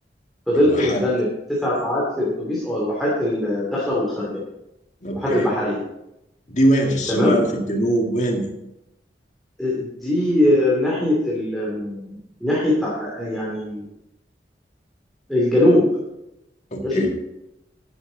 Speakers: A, in the centre; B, on the left.
A: فضلت
B: الواحات
A: متذنب تسع ساعات في الاتوبيس اه الواحات الداخله والخارجه
B: أوكي
A: الواحات البحريه
B: دي وين في الشمال
A: تمام
B: في الجنوب وين دي
A: آه، دي ناحيه ال ناحيه يعني الجنوب
B: أوكي
A: ماشي